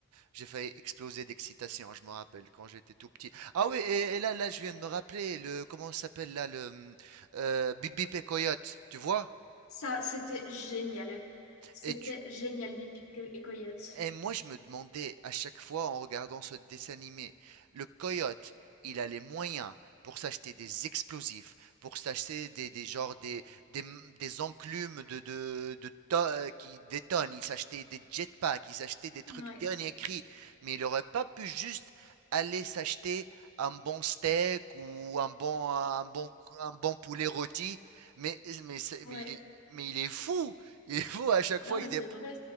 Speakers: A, on the right; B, on the left.
A: j'ai failli exploser d'excitation. Je me rappelle quand j'étais tout petit. Ah oui, et, et là, là, je viens de me rappeler le, comment ça s'appelle là, le, hum, euh, Bip Bip et Coyote, tu vois?
B: Ça, c'était génial. C'était
A: Et du,
B: génial, Bip Bip Co- et Coyote.
A: Et moi, je me demandais à chaque fois en regardant ce dessin animé, le coyote, il a les moyens pour s'acheter des explosifs, pour s'acheter des, des genres des, des, des enclumes de, de, de to- euh, qui détonnent, il s'achetait des jetpacks, il s'achetait des trucs
B: Ouais,
A: dernier cri, mais il aurait pas pu juste aller s'acheter un bon steak ou un bon, un bon, un bon poulet rôti, mais, mais, c'est-
B: ouais.
A: mais, il est, mais il est fou, il est fou à chaque
B: Non,
A: fois,
B: mais
A: il, dép-
B: c'est vrai.